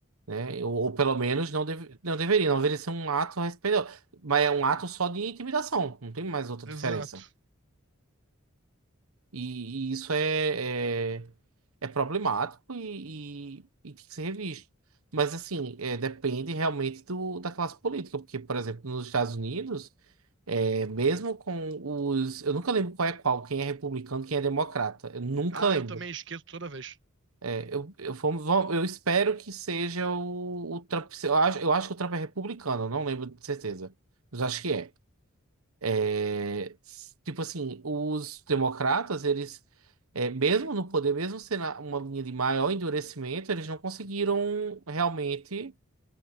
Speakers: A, on the right; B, on the right.
A: né? Ou, ou pelo menos não, deve, não deveria, não deveria ser um ato respeitoso. Mas é um ato só de intimidação, não tem mais outra
B: Exato.
A: diferença. E, e isso é, é, é problemático e, e- e tem que ser revisto. Mas, assim, é, depende realmente do, da classe política, porque, por exemplo, nos Estados Unidos, é, mesmo com os. Eu nunca lembro qual é qual, quem é republicano, quem é democrata. Eu nunca
B: Ah,
A: lembro.
B: eu também esqueço toda vez.
A: É, eu, eu, vamos- vamos- eu espero que seja o, o Trump. Eu acho, eu acho que o Trump é republicano, eu não lembro de certeza, mas acho que é. É, s- tipo assim, os democratas, eles, é, mesmo no poder, mesmo sendo uma linha de maior endurecimento, eles não conseguiram realmente